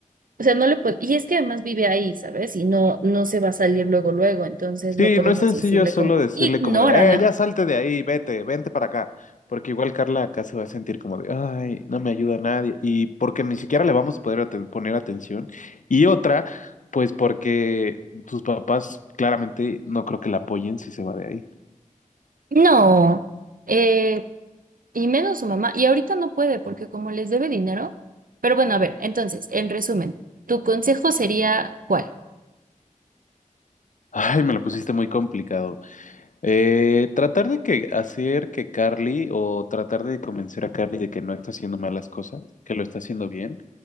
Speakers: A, on the right; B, on the left.
A: o sea, no le puedo, y es que además vive ahí, ¿sabes? Y no, no se va a salir luego, luego, entonces
B: Sí,
A: no podemos
B: no es sencillo
A: decirle
B: solo
A: como,
B: decirle
A: ignórala.
B: como de, eh, ya salte de ahí, vete, vente para acá, porque igual Carla acá se va a sentir como de, ay, no me ayuda nadie, y porque ni siquiera le vamos a poder aten- poner atención, y otra, pues porque sus papás claramente no creo que la apoyen si se va de ahí.
A: No, eh, y menos su mamá, y ahorita no puede porque como les debe dinero, pero bueno, a ver, entonces, en resumen, ¿tu consejo sería cuál?
B: Ay, me lo pusiste muy complicado. Eh, tratar de que hacer que Carly o tratar de convencer a Carly de que no está haciendo malas cosas, que lo está haciendo bien